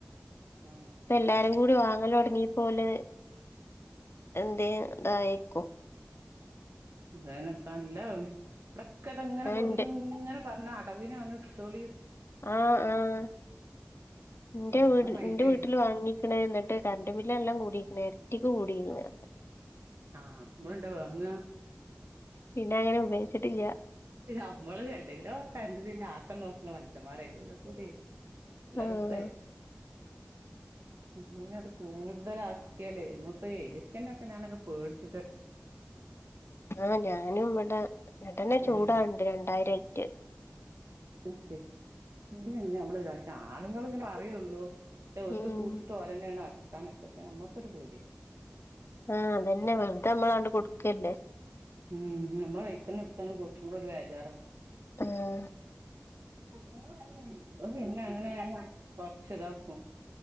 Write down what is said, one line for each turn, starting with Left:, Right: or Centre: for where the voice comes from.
Right: ഉം
Left: പ്പ എല്ലാരും കൂടി വാങ്ങല് ഒടങ്ങിപ്പോല് എന്തേ തായക്കു.
Right: ഇതനപ്പ അല്ല ഇവടെക്കെ ത്ങ്ങനെ
Left: ആ
Right: കൊട്ന്നു
Left: ഇണ്ട്
Right: ഇങ്ങനെ പർന അടവിനാണ് ട്ത്തോളി
Left: ആഹ് ആഹ് ന്റെ
Right: നമ്മളെ
Left: വീട്
Right: മൈൻഡായി
Left: ന്റെ വീട്ട്ല് വാങ്ങി ക്ണ് ന്ന്ട്ട് കര്ണ്ട് ബില്ലെല്ലാം കൂടീക്ക്ണ് എരട്ടി കൂടീക്ക്ണ്.
Right: ആഹ് മ്മൾ ണ്ടൊ വാങ്ങാ
Left: പിന്നങ്ങനെ ഉപയോച്ച്ട്ടില്ല്യ.
Right: അമ്മള് അല്ലെങ്കിലോ കര്ന്റ് ബില്ല് ആക്കം നോക്ണ മൻഷമാരെ <unintelligible> ല്ല
Left: ആഹ്
Right: രസായി <unintelligible> ന്നത് കൂടുതലാ <unintelligible> മ്മപ്പോ ഏട്ക്കെ ഞാനൊക്കെ പേട്ച്ച്ട്ട്
Left: ആഹ് ഞാനും ഇവടെ ന്ന്ട്ടെന്നെ ചൂടാണ്ട്
Right: ഈ
Left: രണ്ടായിരം ഇറ്റ്
Right: ക്കെ ങ്ങനെ ങ്ങനെ അമ്മള് പഷെ ആണ്ങ്ങള് ങ്ങനെ പറയുള്ളൂ ഒര്ക്ക്
Left: ഉം
Right: കൂടിച്ചിട്ട് തെന്നെണ് അട്ത്താനൊക്കെ <unintelligible> ഞമ്മക്കൊരു പേടി
Left: ആഹ് അതെന്നെ വെറ്തെ മ്മളാണ്ട് കൊട്ക്കല്ലേ?
Right: ഉം ഞമ്മള് വൈക്കന്ന എട്ത്താണ്ട് കൊട്കുമ്പോ ഒരു വേചാറ
Left: ആഹ്
Right: <unintelligible> പിന്നെ അങ്ങനെ <unintelligible> കൊറച്ച് ദാകും.